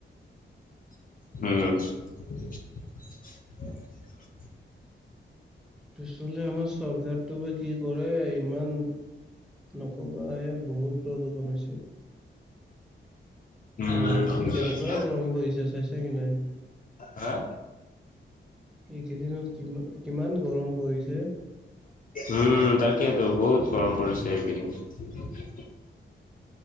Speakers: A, on the left; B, in the centre.
A: <unintelligible>
B: পিছলে আমাৰ চৰকাৰটো বা কি কৰে ইমান নকবা এ বহুত প্ৰদূষণ হৈছে।
A: উম
B: গুৱাহাটীত কেনেকুৱা গৰম পৰিছে চাইছে কি নাই।
A: হা?
B: এইকেইদিনত কিমান কিমান গৰম পৰিছে।
A: উম তাকেইতো বহুত গৰম পৰিছে এইকেইদিন।